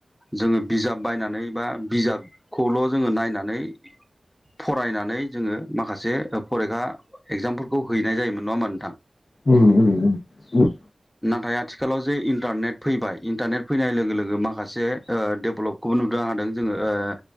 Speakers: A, in the centre; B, on the left.
A: जोङो बिजाब बायनानै बा बिजाबखौल' जोङो नायनानै फरायनानै जोङो माखासे फरिखा इगजामफोर खौ हैनाय जायोमोन नङा होमबा नोंथां
B: उम उम उम उम
A: नाथाय आथिखालाव जे इन्टारनेट फैबाय इन्टारनेट फैनाय लोगो लोगो माखासे ओ डेभलबखौबो नुनो हादों जोङो ओ